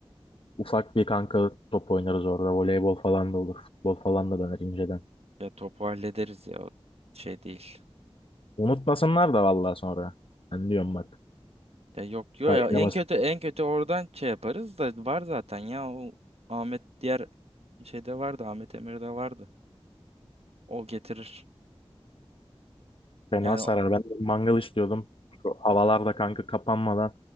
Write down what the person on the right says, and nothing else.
Ya topu hallederiz ya. O şey değil.
Ya yok yok
ya. En kötü en kötü oradan şey yaparız da var zaten ya. O Ahmet diğer şeyde vardı. Ahmet Emir'de vardı. O getirir.
Yani